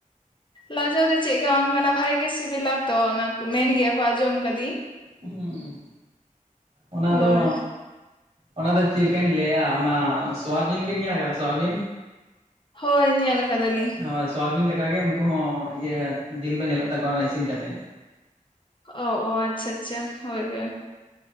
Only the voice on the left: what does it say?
ᱞᱟᱡᱟᱣ ᱫᱚ ᱪᱮᱫ ᱜᱮ ᱵᱟᱝ ᱠᱟᱱᱟ᱾ ᱵᱷᱟᱜᱤ ᱜᱮ ᱥᱤᱵᱤᱞᱟ ᱛᱚ ᱚᱱᱟ ᱠᱚ ᱢᱮᱱ ᱜᱮᱭᱟ ᱠᱚ ᱟᱸᱡᱚᱢ ᱠᱟᱹᱫᱤᱧ᱾
ᱦᱳᱭ
ᱦᱳᱭ ᱧᱮᱞ ᱠᱟᱫᱟ ᱞᱤᱧ᱾
ᱚ ᱚ ᱟᱪᱪᱷᱟ ᱟᱪᱪᱷᱟ ᱦᱳᱭ ᱦᱳᱭ